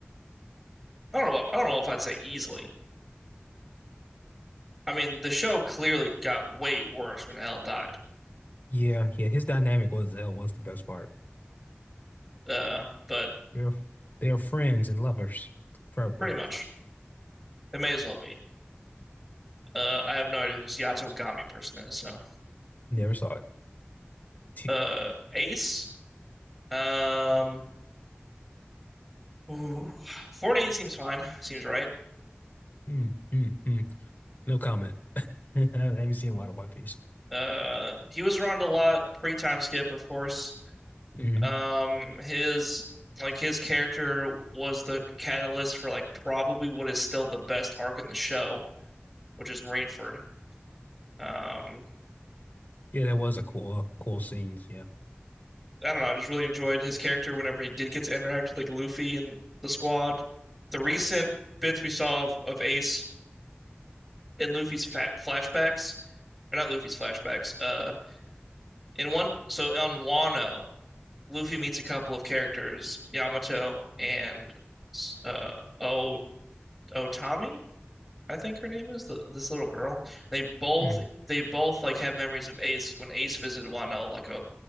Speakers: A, in the centre; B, on the left.
A: I don't know what, I don't know if I'd say easily. I mean, the show clearly got way worse when L died.
B: Yeah, yeah. His dynamic was uh, was the best part.
A: Uh, but
B: They're they're friends and lovers, probably.
A: pretty much it may as well be. Uh, I have no idea who this Yato Gami person is, so
B: Never saw it. T
A: uh Ace. Um ooh, 48 seems fine. Seems right.
B: mm, mm, mm. No comment. <laughs> I haven't seen a lot of One Piece.
A: Uh, he was around a lot pre-time skip, of course.
B: hmm
A: Um, his like his character was the catalyst for like probably what is still the best arc in the show, which is Marineford. Um,
B: Yeah, that was a cool, uh, cool scenes. Yeah.
A: I don't know, I just really enjoyed his character whenever he did get to interact with like Luffy and the squad. The recent bits we saw of, of Ace in Luffy's fa flashbacks, or not Luffy's flashbacks. Uh, in one, so on Wano, Luffy meets a couple of characters, Yamato and uh, O Otami. I think her name is the, this little girl. They both
B: Mm.
A: they both like have memories of Ace when Ace visited Wano like a